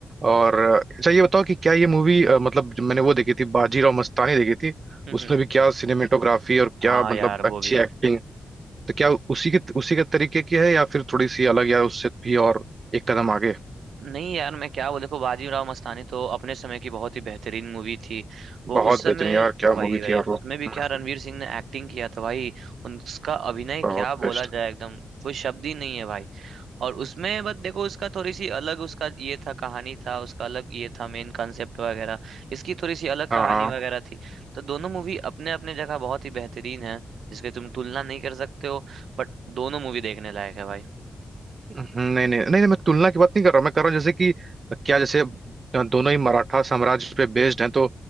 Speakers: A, on the right (about 45°); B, on the right (about 80°).
A: और अच्छा ये बताओ कि क्या ये मूवी मतलब जो मैंने वो देखी थी बाजीराव मस्तानी देखी थी
B: हम्म
A: उसमें
B: हम्म,
A: भी क्या सिनेमेटोग्राफी और क्या
B: हाँ
A: मतलब
B: यार
A: अच्छी
B: वो भी
A: एक्टिंग तो क्या उसी के उसी के तरीके की है या फिर थोड़ी सी अलग या उससे भी और एक कदम आगे
B: नहीं यार मैं क्या बोल देखो बाजीराव मस्तानी तो अपने समय की बहुत ही बेहतरीन मूवी थी वो
A: बहुत
B: उस समय
A: बेहतरीन यार क्या
B: वही
A: मूवी
B: वही
A: थी यार वो
B: उसमें भी
A: हम्म,
B: क्या रणवीर सिंह ने एक्टिंग किया था भाई उनका अभिनय
A: बहुत
B: क्या
A: बेस्ट
B: बोला जाए एकदम कोई शब्द ही नहीं है भाई और उसमें बस देखो उसका थोड़ी सी अलग उसका ये था कहानी था उसका अलग ये था मेन कॉन्सेप्ट वगैरह इसकी थोड़ी सी अलग
A: हाँ
B: कहानी
A: हाँ
B: वगैरह थी तो दोनों मूवी अपने अपने जगह बहुत ही बेहतरीन है जिसकी तुम तुलना नहीं कर सकते हो बट दोनों मूवी देखने लायक है भाई
A: हम्म, नहीं नहीं नहीं नहीं मैं तुलना की बात नहीं कर रहा मैं कर रहा हूँ जैसे कि क्या जैसे अ, दोनों ही मराठा साम्राज्य पे बेस्ड हैं तो